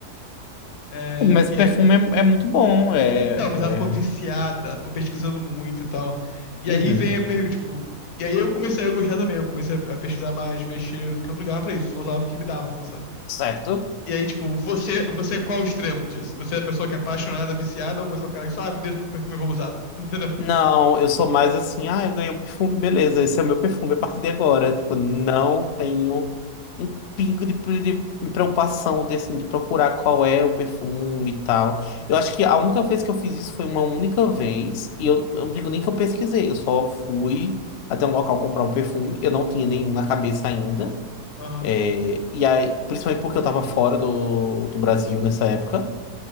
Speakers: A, on the left; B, on the left.
A: É,
B: Mas
A: e
B: perfume
A: é-
B: é, é muito bom, é,
A: então, mas ela ficou viciada,
B: é-
A: ela ficou pesquisando muito e tal. E
B: Uhum.
A: aí vem a pergunta, tipo... E aí eu comecei a gostar também, eu comecei a a pesquisar mais, ver cheiros, porque eu não ligava pra isso, só usava o que me davam,
B: Certo?
A: E aí, tipo, você, você é qual o extremo disso? Você é a pessoa que é apaixonada, viciada, ou você é o cara que só ah, me deixa meu perfume, eu vou usar? <laughs> Entendeu?
B: Não, eu sou mais assim, ah, eu ganhei um perfume, beleza, esse é meu perfume a partir de agora. Tipo, não tenho um pingo de, pre- de preocupação de, assim, de procurar qual é o perfume e tal. Eu acho que a única vez que eu fiz isso foi uma única vez, e eu, eu não digo nem que eu pesquisei, eu só fui até um local comprar um perfume, eu não tinha nenhum na cabeça ainda.
A: Aham.
B: É, E aí, principalmente porque eu tava fora do, do Brasil nessa época.